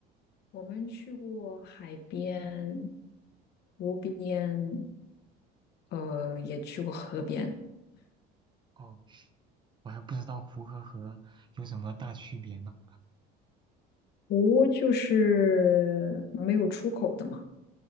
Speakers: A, on the left (about 60°); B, on the right (about 25°).
A: 我们去过海边、湖边，呃，也去过河边。
B: 哦，我还不知道湖和河有什么大区别呢。
A: 湖就是没有出口的嘛，